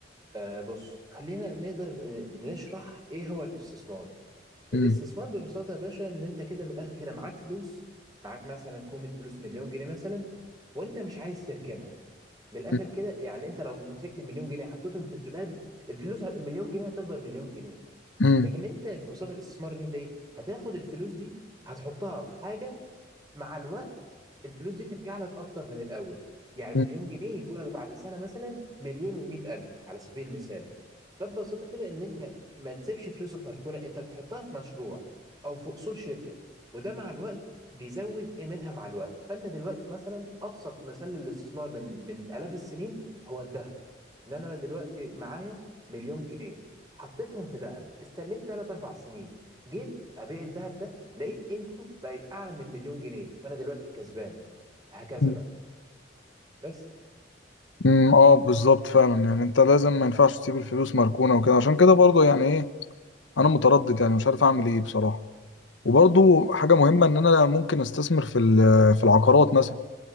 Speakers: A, on the right; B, on the left.
A: آه بص خلينا نقدر ن- نشرح ايه هو الاستثمار الاستثمار
B: مم.
A: ببساطة يا باشا ان انت كده من الاخر كده معاك فلوس معاك مثلا كومة فلوس مليون جنيه مثلا وانت مش عايز تركنها من الاخر
B: مم.
A: كده يعني انت لو مسكت المليون جنيه حطيتهم في الدولاب الفلوس ه- المليون جنيه هتفضل مليون جنيه
B: مم.
A: لكن انت ببساطة الاستثمار ان انت ايه هتاخد الفلوس دي هتحطها في حاجة مع الوقت الفلوس دي ترجع لك اكتر من الاول يعني مليون
B: مم.
A: جنيه يجوا لك بعد سنة مثلا مليون ومئة الف على سبيل المثال فببساطه كده ان انت ما تسيبش فلوسك مركونه انت تحطها في مشروع او في اصول شركه وده مع الوقت بيزود قيمتها مع الوقت فانت دلوقتي مثلا ابسط مثال للاستثمار من من الاف السنين هو الذهب ان انا دلوقتي معايا مليون جنيه حطيتهم في ذهب استنيت 3 4 سنين جيت ابيع الذهب ده لقيت قيمته بقت اعلى من مليون جنيه فانا دلوقتي الكسبان هكذا
B: مم.
A: بقى بس
B: مم. اه بالظبط فعلا يعني انت لازم ما ينفعش تسيب الفلوس مركونة وكده عشان كده برضو يعني ايه انا متردد يعني مش عارف اعمل ايه بصراحة وبرضو
A: امم
B: حاجة مهمة إن أنا ممكن أستثمر في ال- في العقارات مثلا